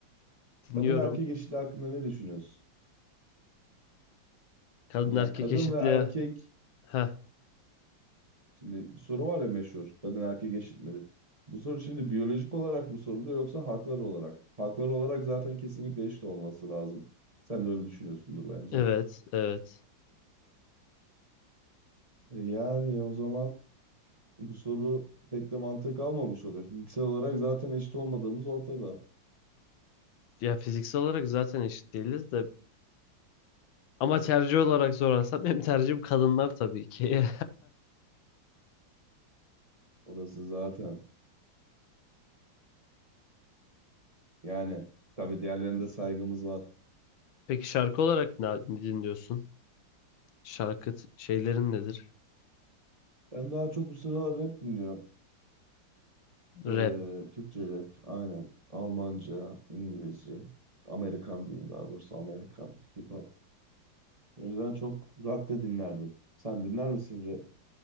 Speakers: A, on the left; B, on the right.
A: Dinliyorum.
B: Kadın erkek eşitliği hakkında ne düşünüyorsun?
A: Kadın
B: Yani
A: erkek
B: kadın
A: eşitliği
B: ve erkek
A: Heh.
B: şimdi bir soru var ya meşhur. Kadın erkek eşit midir? Bu soru şimdi biyolojik olarak mı soruluyor yoksa haklar olarak? Haklar olarak zaten kesinlikle eşit olması lazım. Sen de öyle düşünüyorsundur bence.
A: Evet, evet.
B: E yani o zaman bu soru pek de mantık almamış oluyor. Fiziksel olarak zaten eşit olmadığımız ortada.
A: Ya fiziksel olarak zaten eşit değiliz de ama tercih olarak sorarsam <laughs> benim tercihim kadınlar tabii ki.
B: Orası zaten. Yani tabii diğerlerine de saygımız var.
A: <laughs> Peki şarkı olarak ne ne dinliyorsun? Şarkı t- şeylerin nedir?
B: Ben daha çok bu sıralar rap dinliyorum.
A: Rap.
B: Ee, Türkçe rap, aynen. Almanca, İngilizce, Amerikan diyeyim daha doğrusu Amerikan hip hop. O yüzden çok rock da dinlerdim. Sen dinler misin rap?